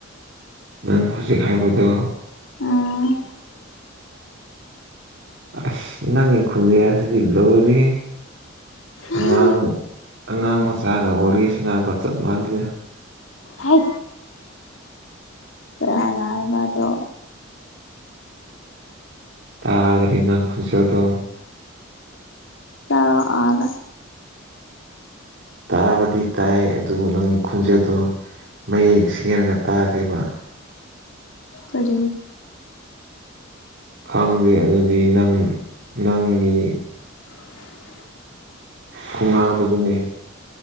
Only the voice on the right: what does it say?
ꯅꯪ ꯈꯁꯤ ꯈꯥꯏꯕꯗꯨ
ꯑꯁ ꯅꯪꯒꯤ ꯈꯨꯟꯖꯦꯛ ꯑꯁꯤꯗꯤ ꯂꯣꯏꯔꯤ ꯑꯉꯥꯡ
ꯑꯉꯥꯡ ꯃꯆꯥꯒ ꯋꯥꯔꯤ ꯁꯅꯥꯒ ꯆꯞ ꯃꯥꯥꯟꯜꯂꯤꯗꯦ
ꯇꯥꯔꯅꯥꯡ ꯈꯖꯗ
ꯇꯥꯕꯗꯤ ꯇꯥꯏ ꯑꯗꯨꯕꯨ ꯅꯪꯒꯤ ꯈꯣꯟꯖꯦꯜꯗꯣ ꯃꯌꯦꯛ ꯁꯦꯡꯒ ꯇꯥꯗꯦꯕ
ꯈꯪꯗꯦ ꯑꯗꯨꯗꯤ ꯅꯪ ꯅꯪꯒꯤ
ꯈꯨꯡꯒꯥꯡ ꯑꯗꯨꯒꯤꯅꯤ